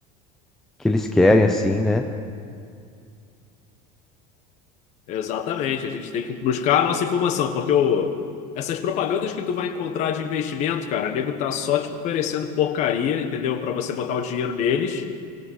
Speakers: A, in the centre; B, on the left (about 35°).
A: que eles querem, assim, né?
B: Exatamente, a gente tem que buscar a nossa informação, porque o, essas propagandas que tu vai encontrar de investimento, cara, o nego tá só te oferecendo porcaria, entendeu? Pra você botar o dinheiro neles.